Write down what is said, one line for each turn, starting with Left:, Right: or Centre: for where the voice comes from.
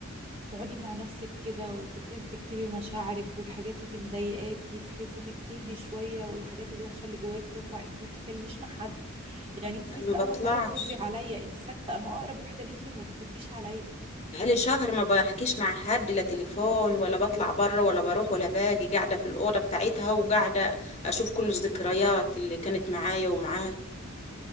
Right: تقعدي مع نفسك كده وتبتدي تكتبي مشاعرك والحاجات اللي مضايقاكي بحيث انك تهدي شوية والحاجات الوحشة اللي جواكي تطلع انت ما بتتكلميش مع حد يعني انت
Left: أنا
Right: لسه
Left: ما بطلعش
Right: اول مرة تردي عليا انت ساكتة انا اقرب واحدة ليكي وما بترديش عليا
Left: بقالي شهر ما بحكيش مع حد لا تليفون ولا بطلع بره ولا بروح ولا باجي قاعدة في الأوضة بتاعتها وقاعدة أشوف كل الذكريات اللي كانت معايا ومعاها